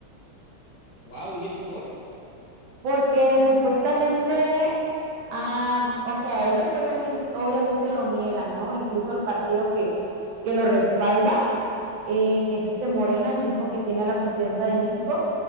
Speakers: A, on the left; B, on the right.
A: ¡Wow! ¿Y eso por?
B: porque supuestamente, ah, o sea, ellos obviamente, obviamente lo niegan, ¿no? Incluso el partido que, que lo respalda eh, que es este Morena, el mismo que tiene a la presidenta de México.